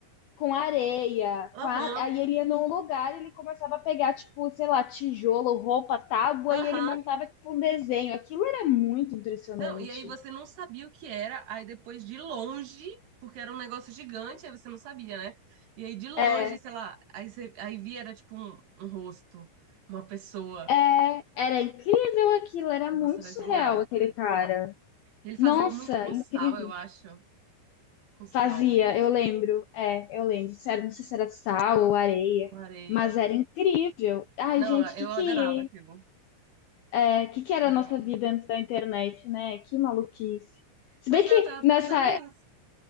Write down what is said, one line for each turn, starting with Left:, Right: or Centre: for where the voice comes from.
Left: com areia,
Right: Aham,
Left: com a- aí ele ia num lugar, ele começava a pegar tipo, sei lá, tijolo, roupa, tábua
Right: aham.
Left: e ele montava tipo um desenho. Aquilo era muito impressionante.
Right: Não, e aí você não sabia o que era, aí depois de longe, porque era um negócio gigante, aí você não sabia, né? E aí de longe,
Left: É,
Right: sei lá, aí, você, aí via era tipo um, um rosto, uma pessoa.
Left: é, era incrível aquilo, era
Right: Nossa,
Left: muito
Right: era
Left: surreal
Right: genial.
Left: aquele cara.
Right: Ele fazia
Left: Nossa,
Right: muito com
Left: incrível.
Right: sal, eu acho. Com sal,
Left: Fazia, eu lembro, é, eu lembro. Sério, não sei se era sal ou areia,
Right: com areia.
Left: mas era incrível. Ai,
Right: Não,
Left: gente, o
Right: eu
Left: que que,
Right: adorava aquilo.
Left: é, que que era a
Right: Adorava.
Left: nossa vida antes da internet, né? Que maluquice. Se
Right: Pois
Left: bem que
Right: é, eu tava
Left: nessa
Right: pensando nisso.